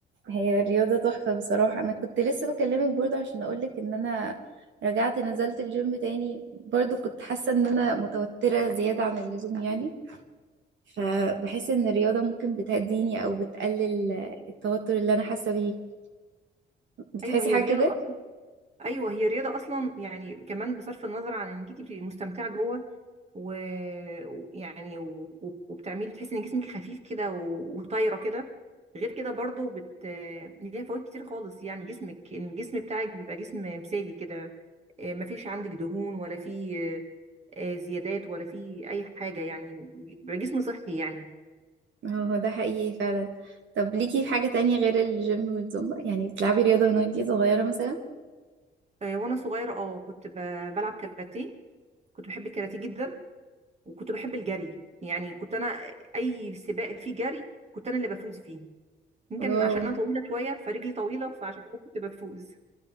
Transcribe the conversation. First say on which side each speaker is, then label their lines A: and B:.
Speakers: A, on the right; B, on the right.
A: هي الرياضه تحفه بصراحه انا كنت لسه بكلمك برضو عشان اقولك ان انا رجعت نزلت الجيم تاني برضو كنت حاسه ان انا متوتره زياده عن اللزوم يعني فبحس
B: اه
A: ان الرياضه ممكن بتهديني او بتقلل التوتر اللي انا حاسه بيه بتحسي
B: ايوه هي
A: حاجه
B: الرياضه
A: كده
B: اصلا ايوه هي الرياضه اصلا يعني كمان بصرف النظر عن انك انت بتبقي مستمتعه جوه و- ويعني و- و- وبتعملي تحسي ان جسمك خفيف كده و- وطايره كده غير كده برضو بت ليها فوائد كتير خالص يعني جسمك ان الجسم بتاعك بيبقى جسم مثالي كده آه، مفيش عندك دهون ولا في آه، آه، زيادات ولا في اي حاجه يعني بيبقى جسم صحي يعني
A: هو ده حقيقي فعلا طب ليكي في حاجة تانية غير الجيم والزومبا يعني بتلعبي رياضة من وانتي صغيرة مثلا
B: آه، وانا صغيره اه كنت ب- بلعب كاراتيه كنت بحب الكاراتيه جدا وكنت بحب الجري يعني كنت انا اي سباق فيه جري كنت انا اللي بفوز فيه يمكن
A: واو
B: عشان انا طويله شويه فرجلي طويله فعشان كده كنت بفوز